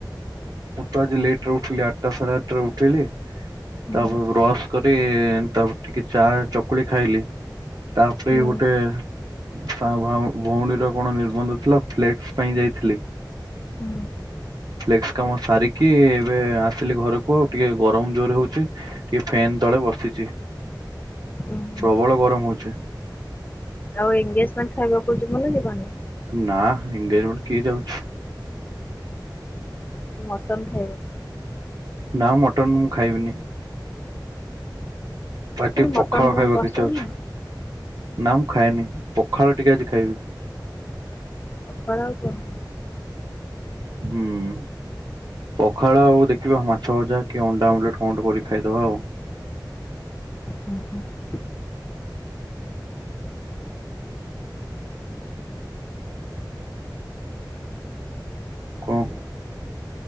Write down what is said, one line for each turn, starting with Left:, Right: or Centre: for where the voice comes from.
Right: ମୁଁ ତ ଆଜି ଲେଟ ରେ ଉଠିଲି ଆଟା ସାଢ଼େ ଆଠ ଉଠିଲି
Left: ହୁଁ
Right: ତାପରେ ବ୍ରଶ କରି ତାପରେ ଟିକେ ଚା ଚକୁଳି ଖାଇଲି। ତାପରେ
Left: ହୁଁ
Right: ଗୋଟେ ତା ଭୋ ଭଉଣୀର କଣ ନିର୍ବନ୍ଧ ଥିଲା ଫ୍ଲେକ୍ସ ପାଇଁ ଯାଇଥିଲି।
Left: ହୁଁ।
Right: ଫ୍ଲେକ୍ସ କାମ ସାରିକି ଏବେ ଆସିଲି ଘରକୁ ଆଉ ଟିକେ ଗରମ ଜୋର ହଉଛି। ଟିକେ ଫେନ୍ ତଳେ ବସିଛି
Left: ହୁଁ
Right: ପ୍ରବଳ ଗରମ ହଉଛି।
Left: ଆଉ ଏଗେଜମେଣ୍ଟ ଖାଇବାକୁ ଯିବ ନା ଯିବନି?
Right: ନା ଏନଗେଜମେଣ୍ଟ କିଏ ଯାଉଛି?
Left: ଖାଲି ମଟନ୍ ଖାଇବ।
Right: ନା ମଟନ୍ ମୁଁ ଖାଇବିନି। ଟିକେ
Left: କାଇଁ ମଟନ
Right: ପଖାଳ
Left: ତମକୁ
Right: ଖାଇବାକୁ
Left: ପସନ୍ଦ
Right: ଇଛା ହଉଛି,
Left: ନୁହଁ
Right: ନା ମୁଁ ଖାଏନି ପଖାଳ ଟିକେ ଆଜି ଖାଇବି।
Left: ପଖାଳ ଆଉ କଣ?
Right: ହୁଁ। ପଖାଳ ଆଉ ଦେଖିବା ମାଛ ଭଜା କି ଅଣ୍ଡା ଅମଲେଟ କଣ ଟେ କରିକି ଖାଇଦବା ଆଉ।
Left: ଉଁ ହୁଁ।
Right: କ?